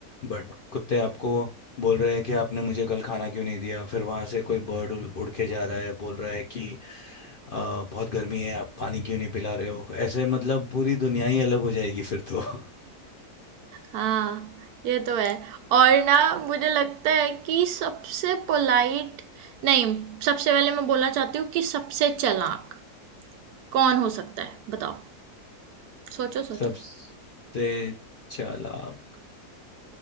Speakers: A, on the left; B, on the right.
A: बट कुत्ते आपको बोल रहे हैं कि आपने मुझे कल खाना क्यों नहीं दिया फिर वहाँ से कोई बर्ड उड़ उड़ के जा रहा है बोल रहा है कि "आ, बहुत गर्मी है आप पानी क्यों नहीं पिला रहे हो ऐसे मतलब पूरी दुनिया ही अलग हो जाएगी फिर तो <laughs>
B: हाँ ये तो है और ना मुझे लगता है कि सबसे पोलाइट नहीं सबसे पहले मैं बोलना चाहती हूँ कि सबसे चालाक कौन हो सकता है बताओ सोचो सोचो
A: सबसे चालाक